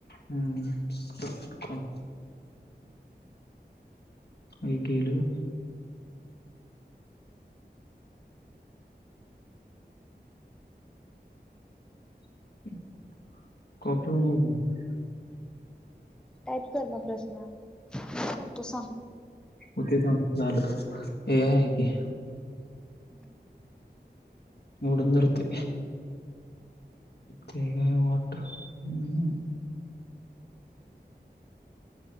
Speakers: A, on the left; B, in the centre.
A: हम्म. आई गेलना. <unintelligible>
B: टाईप कर म प्रश्न. मी करतो सांग
A: हो तेच झालं हे आहे की.
B: <unintelligible>
A: उडून धरते. ते काय वाट हम्म.